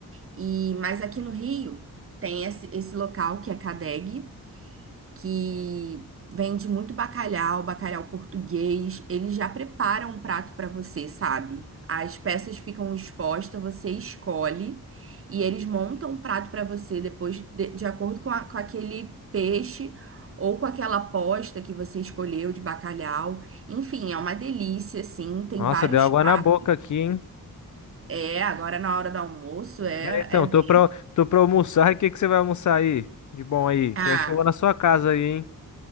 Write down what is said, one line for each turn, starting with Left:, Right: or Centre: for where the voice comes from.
Right: E mas aqui no Rio tem esse, esse local que é CADEG, que vende muito bacalhau, bacalhau português. Eles já preparam um prato para você, sabe? As peças ficam expostas, você escolhe e eles montam um prato para você depois de, de acordo com, a- com aquele peixe ou com aquela posta que você escolheu de bacalhau. Enfim, é uma delícia, assim. Tem
Left: Nossa,
Right: vários
Left: deu água
Right: pratos.
Left: na boca aqui, hein?
Right: É, agora na hora do almoço é,
Left: É, então,
Right: é bem.
Left: tô pra, tô pra almoçar. e O que que você vai almoçar aí? De bom aí?
Right: Ah,
Left: Que eu acho que eu vou na sua casa aí, hein?